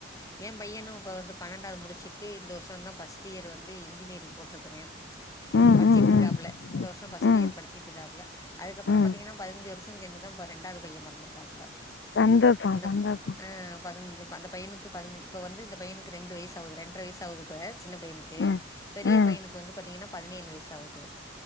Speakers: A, on the left; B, on the left.
A: ந்து எ பையனு இப்போ வந்து பன்னெண்டாவது முடிச்சுட்டு இந்த வருஷொந்தா ஃபஸ்ட் இயர் வந்து இன்ஜினியரிங் போட்டிருக்குறே
B: ம்
A: படிச்சிட்டு
B: ம்
A: இருக்காப்புல
B: ம்
A: இந்த வருஷம் ஃபர்ஸ்ட்
B: ம்
A: இயர் படிச்சிட்டு இருக்காப்புல அதுக்கப்பறம்
B: ம்
A: பாத்தீங்கன்னா பதினஞ்சு வருஷம் சென்னுதா ப ரெண்டாவ்து பைய பொறந்துருக்காப்புல
B: சந்தோஷோ
A: அந்த
B: சந்தோஷோ
A: ஆஹ் பதினஞ் அந்த பையனுக்கு பதின இப்ப வந்து இந்த பையனுக்கு ரெண்டு வயசு ஆவுது ரெண்டரை வயசு ஆவுது இப்ப சின்ன பையனுக்கு
B: ம்
A: பெரிய
B: ம்
A: பையனுக்கு வந்து பாத்தீங்கன்னா பதினேழு வயசு ஆவுது